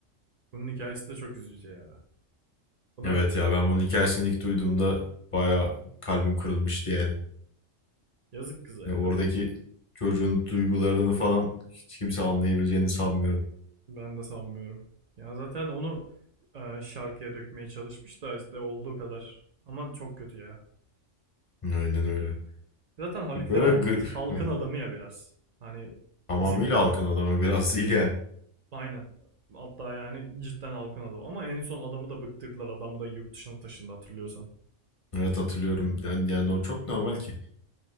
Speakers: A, on the right (about 55°); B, on the left (about 35°).
A: Bunun hikayesi de çok üzücü ya. Buna
B: Evet ya ben bunun hikayesini ilk duyduğumda bayağı kalbim kırılmıştı yani.
A: yazık kıza
B: Yani
A: ya.
B: oradaki çocuğun duygularını falan hiç kimse anlayabileceğini sanmıyorum.
A: Ben de sanmıyorum. Ya zaten onu e, şarkıya dökmeye çalışmış da işte olduğu kadar. Ama çok kötü ya.
B: Aynen öyle.
A: Zaten Haluk
B: E, Böyle
A: Levent
B: gı-
A: halkın
B: <laughs>
A: adamı ya biraz. Hani
B: tamamıyla
A: bizim
B: halkın adamı biraz <laughs> değil yani.
A: aynen. Hatta yani cidden halkın adamı. Ama en son adamı da bıktırdılar. Adam da yurt dışına taşındı hatırlıyorsan.
B: Evet hatırlıyorum. Yani, yani o çok normal ki.